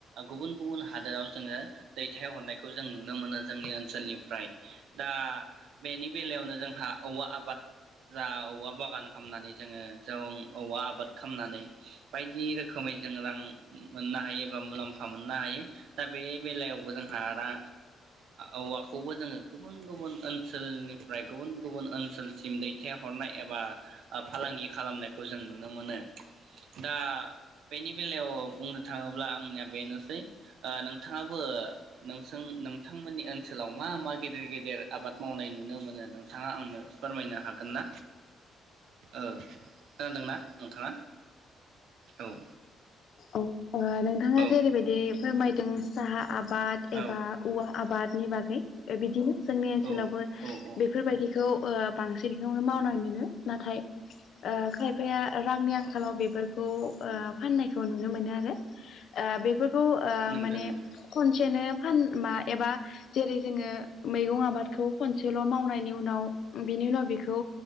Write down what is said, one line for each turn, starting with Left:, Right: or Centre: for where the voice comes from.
Right: गुबुन गुबुन हादोराव जोङो दैथायहरनायखौ जों नुनो मोनो जोंनि ओनसोलनिफ्राय दा बेनि बेलायावनो जोंहा औवा आबाद जा औवा बागान खामनानै जोङो जं औवा आबाद खामनानै बायदि रोखोमै जों रां मोननो हायो एबा मुलाम्फा मोननो हायो दा बे बेलायावबो जोंहा रां औवाखौबो जोङो गुबुन गुबुन ओनसोलनिफ्राय गुबुन गुबुन ओनसोलसिम दैथायहरनाय एबा ओ फालांगि खालामनायखौ जों नुनो मोनो। दा बेनि बेलायाव बुंनो थाङोब्ला आंनिया बेनोसै ओ नोंथाङाबो नोंसों नोंथांमोननि ओनसोलाव मा मा गेदेर गेदेर आबाद मावनाय नुनो मोनो नोंथाङा आंनो फोरमायनो हागोन ना? ओ <unintelligible> ना नोंथाङा? औ
Left: औ ओ नोंथाङा
Right: औ
Left: जेरैबायदि फोरमायदों साहा आबाद एबा
Right: औ
Left: औवा आबादनि बागै बिदिनो जोंनि ओनसोलावबो
Right: औ औ ओ ओ
Left: बेफोरबायदिखौ ओ बांसिनखौनो मावनानैनो नाथाय ओ खाय फाया रांनि आंखालाव बेफोरखौ ओ फाननायखौ नुनो मोनो आरो ओ बे फोरखौ ओ
Right: नंगौ
Left: माने
Right: नंगौ
Left: खनसेनो फान मा एबा जेरै जोङो मैगं आबादखौ खनसेल' मावनायनि उनाव बेनि उनाव बेखौ